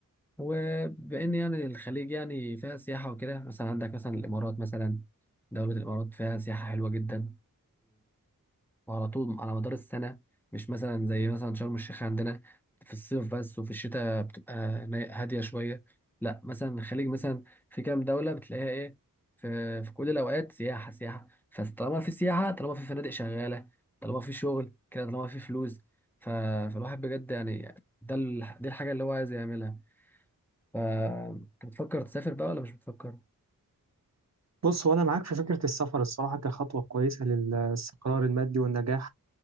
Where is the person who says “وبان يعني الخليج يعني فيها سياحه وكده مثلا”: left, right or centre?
Centre